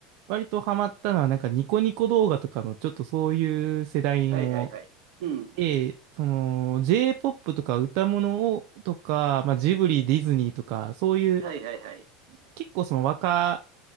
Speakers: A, on the right; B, on the right.
A: 割とハマったのは、なんかニコニコ動画とかのちょっとそういう世代の、
B: はいはいはい。うん。
A: ええ、その J-POP とか歌物をとか、まあ、ジブリ、ディズニーとか、そういう
B: はいはいはい。
A: 結構その若、